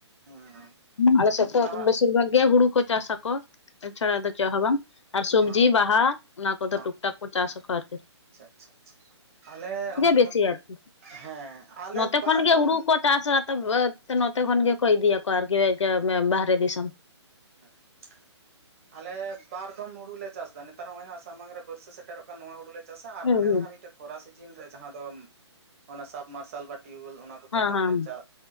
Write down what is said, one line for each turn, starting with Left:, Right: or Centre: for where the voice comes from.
Right: ᱦᱮᱸ
Left: ᱟᱞᱮ ᱥᱮᱜ ᱫᱚ
Right: ᱞᱟᱦᱟ
Left: ᱵᱮᱥ ᱵᱤᱥᱤᱨ ᱵᱷᱟᱜ ᱜᱮ ᱦᱩᱲᱩ ᱠᱚ ᱪᱟᱥ ᱟᱠᱚ᱾ ᱪᱷᱟᱲᱟ ᱫᱚ ᱪᱮᱜ ᱦᱚᱸ ᱵᱟᱝ ᱟᱨ ᱥᱚᱵᱽᱡᱤ
Right: ᱦᱚᱸ
Left: ᱵᱟᱦᱟ ᱚᱱᱟ ᱠᱚ ᱫᱚ
Right: ᱦᱚᱸ
Left: ᱴᱩᱠ-ᱴᱟᱠ ᱠᱚ ᱪᱟᱥ ᱟᱠᱚ ᱟᱨ ᱠᱤ᱾
Right: ᱟᱪᱪᱷᱟ ᱟᱪᱪᱷᱟ ᱟᱪᱪᱷᱟ ᱟᱞᱮ ᱚᱸᱱ
Left: ᱵᱮᱥᱤ
Right: ᱱᱚᱛ
Left: ᱟᱨᱠᱤ
Right: ᱦᱮᱸ᱾ ᱟᱞᱮ
Left: ᱱᱚᱛᱮ
Right: ᱵᱟᱨ
Left: ᱠᱷᱚᱱ ᱜᱮ
Right: ᱫᱚᱢ
Left: ᱦᱩᱲᱩ ᱠᱚ ᱪᱟᱥᱟ ᱛᱚ ᱱᱚᱛᱮ ᱠᱷᱚᱱ ᱜᱮ ᱠᱚ ᱤᱫᱤᱭᱟ ᱠᱚ ᱟᱨ ᱠᱤ ᱵᱟᱦᱨᱮ ᱫᱤᱥᱚᱢ
Right: <unintelligible> ᱟᱞᱮ ᱵᱟᱨ ᱫᱚᱢ ᱦᱩᱲᱩ ᱞᱮ ᱪᱟᱥ ᱫᱟ ᱱᱮᱛᱟᱨ ᱦᱚᱜ-ᱚᱭ ᱦᱟᱸ ᱥᱟᱢᱟᱝ ᱨᱮ ᱵᱟᱹᱨᱥᱟᱹ ᱥᱮᱴᱮᱨᱚᱜ ᱠᱟᱱ ᱱᱚᱣᱟ ᱦᱩᱲᱩ ᱞᱮ ᱪᱟᱥᱟ ᱟᱨ
Left: ᱦᱩᱸ
Right: ᱦᱟᱱᱮ
Left: ᱦᱩᱸ
Right: ᱱᱟᱦᱟᱜ ᱢᱤᱜᱴᱮᱜ ᱠᱷᱚᱨᱟ ᱥᱤᱡᱤᱱ ᱨᱮ, ᱡᱟᱦᱟᱸ ᱫᱚᱢ ᱚᱱᱟ ᱥᱟᱵ ᱢᱟᱨᱥᱟᱞ ᱵᱟ ᱴᱤᱭᱩᱵᱮᱞ ᱚᱱᱟ ᱠᱚ
Left: ᱦᱮᱸ
Right: ᱛᱮ ᱦᱟᱸᱜ ᱞᱮ ᱪᱟ